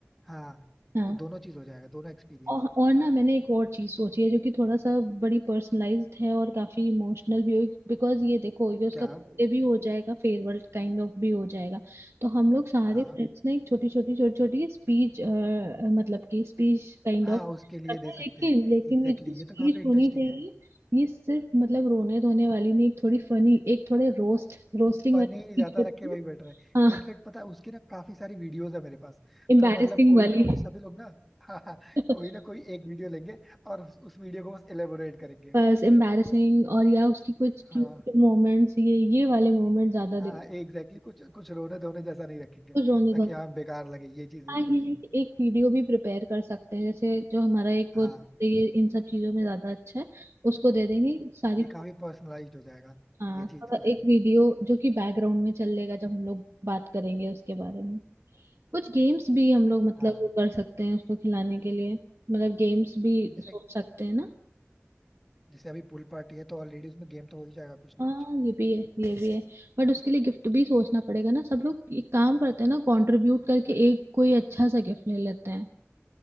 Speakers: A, in the centre; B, on the right.
A: हाँ
B: हाँ
A: दोनों चीज हो जाएगा दोनों एक्सपीरियंस
B: और और ना मैंने एक और चीज सोची है जो कि थोड़ा सा बड़ी पर्सनलाइज्ड है और काफी इमोशनल भी होगी बिकॉज ये देखो ये उसका
A: क्या
B: birthday भी हो जाएगा फेयरवेल काइंड ऑफ भी हो जाएगा तो हम लोग सारे
A: हाँ
B: फ्रेंड्स ने एक छोटी छोटी छोटी छोटी स्पीच मतलब कि स्पीच काइंड
A: हाँ
B: ऑफ
A: उसके लिए
B: करते
A: दे
B: हैं
A: सकते
B: लेकिन
A: हैं एग्जैक्टली
B: लेकिन ये जो
A: exactly,
B: स्पीच
A: ये तो काफी इंटरेस्टिंग
B: होनी चाहिए
A: है
B: ये सिर्फ मतलब रोने धोने वाली नहीं एक थोड़ी फनी एक थोड़े रोस्ट रोस्टिंग
A: फनी
B: वाली स्पीच
A: ज्यादा
B: होती
A: रखे
B: है
A: वही
B: ना
A: बेटर है
B: हाँ
A: इनफेक्ट पता है उसकी ना काफी सारी वीडियोस है मेरे पास
B: एम्बैरेसिंग
A: तो मतलब कोई
B: वाली
A: ना कोई सभी लोग ना <laughs> हाँ हाँ
B: <laughs>
A: कोई ना कोई एक वीडियो लेंगे और उस, उस वीडियो को बस एलेबोरेट करेंगे
B: बस एम्बैरसिंग और या उसकी कुछ
A: हाँ
B: क्यूट मोमेंट्स ये ये वाले मोमेंट ज्यादा
A: हाँ
B: दिख
A: एग्जैक्टली exactly, कुछ कुछ रोने धोने जैसा नहीं रखेंगे
B: कुछ रोने
A: ताकि
B: धोने
A: हाँ बेकार लगे ये चीज
B: हाँ
A: बिल्कुल
B: ये
A: नहीं
B: है कि एक वीडियो भी प्रिपेयर कर सकते हैं जैसे जो हमारा एक
A: हाँ
B: वो ये इन सब चीजों में ज्यादा अच्छा है उसको दे देंगे सारी
A: ये काफी पर्सनलाइज्ड हो जाएगा
B: हाँ
A: ये चीज
B: थोड़ा
A: तो है
B: एक वीडियो जो कि बैकग्राउंड में चलेगा जब हम लोग बात करेंगे उसके बारे में कुछ गेम्स भी हम लोग मतलब
A: हाँ
B: वो कर सकते हैं उसको खिलाने के लिए मतलब गेम्स भी
A: जैसे
B: सोच सकते हैं ना
A: जैसे अभी पूल पार्टी है तो ऑलरेडी उसमें गेम तो हो ही जाएगा कुछ ना
B: हाँ
A: कुछ
B: ये भी है ये भी है बट उसके लिए गिफ्ट भी सोचना पड़ेगा ना सब लोग एक काम करते हैं ना कंट्रीब्यूट करके एक कोई अच्छा सा गिफ्ट ले लेते हैं